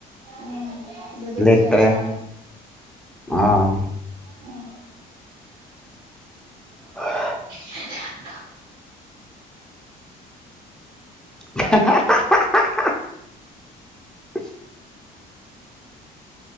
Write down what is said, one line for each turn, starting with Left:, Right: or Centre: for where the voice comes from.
Right: ꯎꯝ ꯗꯤ
Centre: ꯂꯦꯞꯇ꯭ꯔꯦ
Right: ꯄꯖꯤꯅꯦꯁꯒ
Centre: ꯑꯥ
Right: ꯎꯝ
Centre: ꯑ
Right: ꯍ
Centre: <unintelligible> ꯑ